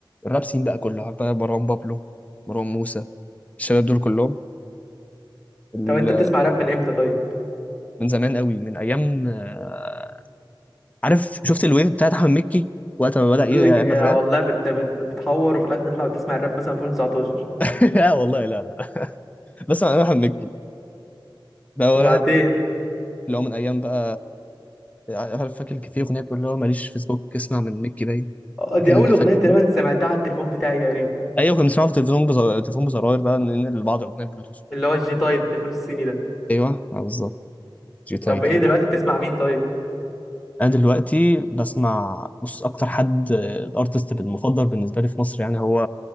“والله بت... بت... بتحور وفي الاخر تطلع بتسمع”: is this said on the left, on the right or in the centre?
Centre